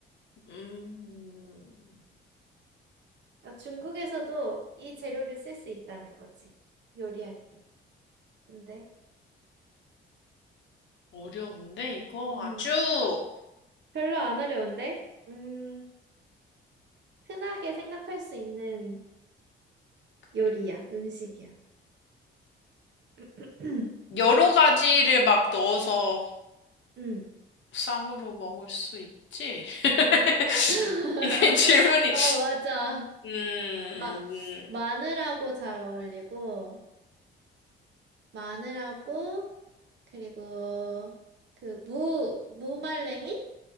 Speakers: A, on the left; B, on the right.
A: 음,
B: 아, 중국에서도 이 재료를 쓸 수 있다는 거지. 요리할 때. 근데,
A: 어려운데, 이거
B: 음.
A: 아주.
B: 별로 안 어려운데? 음. 흔하게 생각할 수 있는
A: 그래.
B: 요리야. 음식이야. <clears throat>
A: 여러 가지를 막 넣어서
B: 음.
A: 쌈으로 먹을 수 있지? <laughs>
B: <laughs>
A: 이게 질문이
B: 어, 맞아.
A: 음,
B: 마, 마늘하고 잘 어울리고, 마늘하고, 그리고 그 무, 무말랭이?